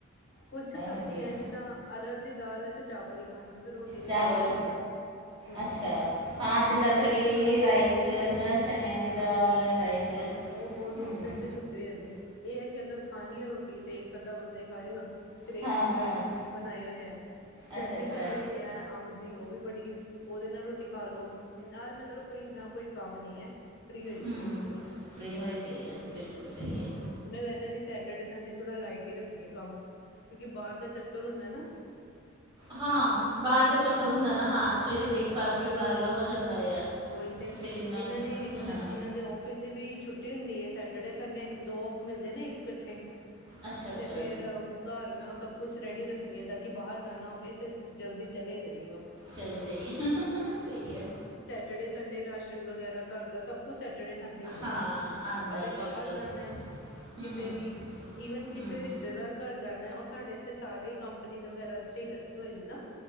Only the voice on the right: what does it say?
ਵਧੀਆ
ਚਾਵਲ
ਅੱਛਾ ਹਾਂ ਜਿਦਾ
ਕੜੀ ਰਾਈਸ ਹੈ ਚਨੇਆਂ ਦੀ ਦਾਲ ਰਾਈਸ
ਹਮ
ਹਾਂ
ਹਾਂ
ਅੱਛਾ ਅੱਛਾ
ਹਮ
ਫ੍ਰਰੀ ਹੋਏ ਪਏ ਆ ਬਿਲਕੁਲ ਸਹੀ
ਹੈ
ਹਾਂ ਬਾਹਰ ਦਾ ਚੱਕਰ
ਹੁੰਦਾ ਏ ਨਾ ਹਾਂ ਸਵੇਰੇ ਬ੍ਰੇਕਫਾਸਟ ਵੀ ਬਾਹਰਲਾ ਹੋ ਜਾਂਦਾ ਏ ਆ ਅਤੇ
ਫਿਰ
ਹਾਂ
ਅੱਛਾ-ਅੱਛਾ
ਚਲੇ ਜਾਈਏ ਸਈ ਆ
ਹਾਂ ਆਉਂਦਾ
ਹੈ ਬਿਲਕੁਲ
ਹਮ
ਹਮ
ਹਮ